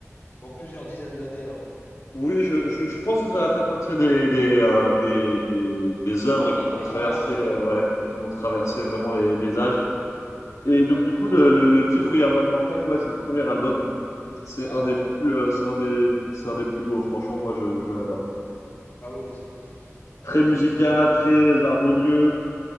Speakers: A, on the left; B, on the left.
A: dans plusieurs dizaines d'années, hein.
B: Oui, je, je, je pense que ça va faire partie des, des, euh, des, des, des œuvres
A: Un
B: qui
A: patrimoine,
B: vont traverser,
A: euh,
B: euh, ouais, qui vont traverser vraiment les, les âges. Et donc,
A: ouais,
B: du coup,
A: ouais,
B: le, le, le titre où il y a One More Time, ouais, c'est le premier album. C'est
A: d'accord,
B: un des plus,
A: ouais.
B: euh, c'est un des, c'est un des plus beaux, franchement, moi je, je l'adore.
A: Ah oui, oui, c'est magnifique.
B: Très musical, très harmonieux,